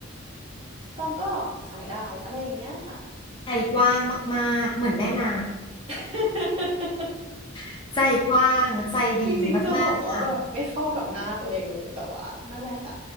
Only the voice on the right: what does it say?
ต้องก็ขายได้อะไรอย่างเงี้ยค่ะ
<laughs>
จริงๆจะบอกว่าแบบไม่เข้ากับหน้าตัวเองเลยแต่ว่านั่นแหละค่ะ